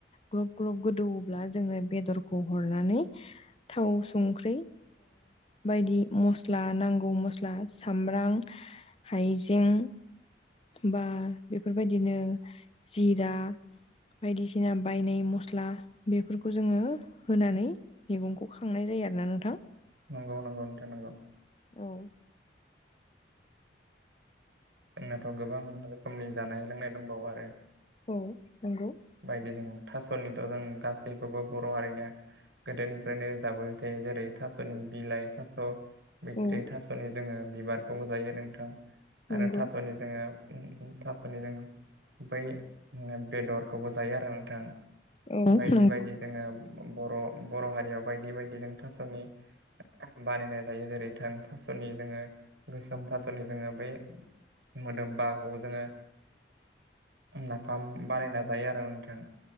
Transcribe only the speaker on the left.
ग्लब ग्लब गोदौब्ला जोङो बेदरखौ हरनानै थाव संख्रि बायदि दि मस्ला नांगौ मस्ला सामब्राम हायजें बा बेफोरबायदिनो जिरा बायदिसिना बायनाय मस बेफोरखौ जोङो होनानै मैगंखौ खांनाय जायो आरोना नोंथां
औ
औ नंगौ
औ
नंगौ
औ
नंगौ